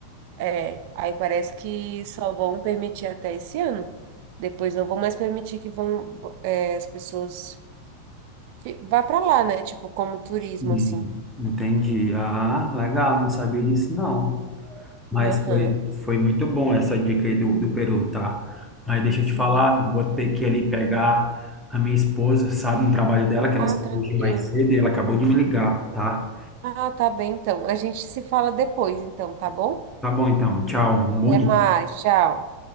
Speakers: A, on the right; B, in the centre.
A: é, aí parece que só vão permitir até esse ano. Depois não vão mais permitir que vão, é, as pessoas Fi- Vai pra lá, né? Tipo, como turismo,
B: Hum,
A: assim.
B: Entendi. Ah, legal, não sabia disso não. Mas
A: Aham,
B: foi, foi muito bom essa dica aí do, do Peru, tá? Mas deixa
A: sim.
B: eu te falar, vou ter que ali pegar a minha esposa, sabe, no trabalho dela, que ela
A: Ah,
B: saiu
A: tranquilo.
B: hoje mais cedo e ela acabou de me ligar, tá?
A: Ah, tá bem, então. A gente se fala depois, então, tá bom?
B: Tá bom então, tchau, um bom
A: Até
B: dia.
A: mais, tchau.